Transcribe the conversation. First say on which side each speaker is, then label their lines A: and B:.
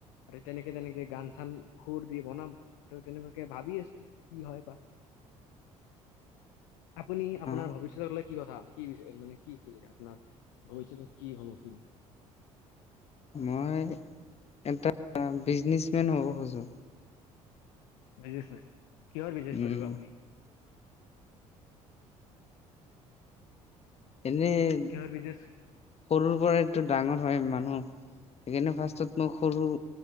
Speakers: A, on the left; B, on the left.
A: আৰু তেনেকে তেনেকে গান চান হুৰ দ বনাম ত তেনেকুৱাকে ভাবি আছো কি হয় বা।
B: <inaudible>
A: আপুনি আপোনাৰ
B: অ
A: ভৱিষ্যতক লৈ কি কথা কি মানে কি খুজে আপোনাৰ ভৱিষ্যতত কি হ'ব খুজে
B: মই এটা বিজনেচমেন হ'ব খোজো।
A: বিজনেছ মেন কিহৰ বিজনেচ
B: উম
A: কৰিব আপুনি।
B: এনেই সৰুৰ
A: কিহৰ বিজনেছ
B: পৰাইটো ডাঙৰ হয় মানুহ সেইকাৰনে ফাৰ্ষ্ট মই সৰু